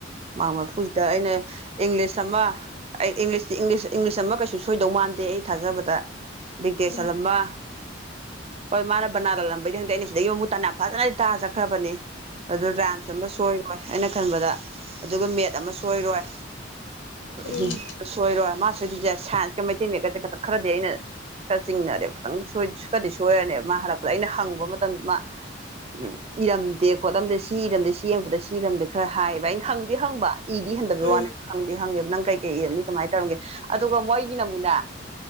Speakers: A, on the right; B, on the left.
A: ꯃꯥ꯭ꯔꯛ ꯃ꯭ꯥꯔꯐꯨꯁꯤꯗ ꯑꯩꯅ ꯏꯪꯂꯤꯁ ꯑꯃ ꯑꯩ ꯏꯪꯂꯤꯁꯇ ꯏꯪꯂꯤꯁ ꯑꯃ ꯀꯩꯁꯨ ꯁꯣꯏꯗꯧ ꯃꯥꯟꯗꯦ ꯑꯩ ꯊꯥꯖꯕꯗ ꯗꯤꯛꯇꯦꯁꯜꯂꯝꯃ
B: ꯎꯝ
A: ꯍꯣꯏ ꯃꯥꯅ ꯕꯅꯥꯟ ꯂꯜꯂꯝꯕꯩꯗꯤ ꯈꯪꯗꯦ ꯑꯩꯅ ꯁꯤꯗꯒꯤ ꯃꯃꯨꯠ ꯇꯅ ꯌꯥꯝ ꯐꯖꯅꯗꯤ ꯇꯥꯖꯈ꯭ꯔꯕꯅꯤ ꯑꯗꯨ ꯔꯥꯢꯝꯁ ꯑꯃ ꯁꯣꯏꯔꯣꯏ ꯑꯩꯅ ꯈꯟꯕꯗ ꯑꯗꯨꯒ ꯃꯦꯠ ꯑꯃ ꯁꯣꯏꯔꯣꯏ
B: ꯎꯝ
A: ꯍꯤꯟꯗꯤ ꯑꯃ ꯁꯣꯏꯔꯣꯏ ꯃꯥ ꯁꯣꯏꯗꯣꯏꯁꯦ ꯁꯥꯏꯟꯁꯀ ꯃꯩꯇꯩ ꯃꯌꯦꯛꯠꯀꯁꯦ ꯈꯤꯇꯪ ꯈꯔꯗꯤ ꯑꯩꯅ ꯈꯔ ꯆꯤꯡꯅꯔꯦꯕ ꯈꯤꯇꯪ ꯁ ꯈꯔꯗꯤ ꯁꯣꯏꯔꯅꯦꯕ ꯃꯥ ꯍꯜꯂꯛꯄꯗ ꯑꯩꯅ ꯍꯪꯕ ꯃꯇꯝꯗ ꯃꯥ ꯎ ꯏꯔꯝꯗꯦ ꯈꯣꯠꯂꯝꯗꯦ ꯁꯤ ꯏꯔꯝꯗꯦ ꯁꯤ ꯌꯦꯡꯕꯗ ꯁꯤꯔꯝꯗꯤ ꯈꯔ ꯍꯥꯏꯌꯦꯕ ꯑꯩꯅ ꯍꯪꯗꯤ ꯍꯪꯕ ꯏꯗꯤ ꯍꯟꯗꯕꯩ
B: ꯎꯝ
A: ꯋꯥꯅꯦ ꯍꯪꯗꯤ ꯍꯪꯉꯦꯕ ꯅꯪ ꯀꯩꯀꯩ ꯏꯔꯝꯅꯤ ꯀꯃꯥꯏꯅ ꯇꯧꯔꯝꯒꯦ ꯑꯗꯨꯒ ꯃꯣꯏꯒꯤꯅ ꯑꯃꯨꯛꯅꯦ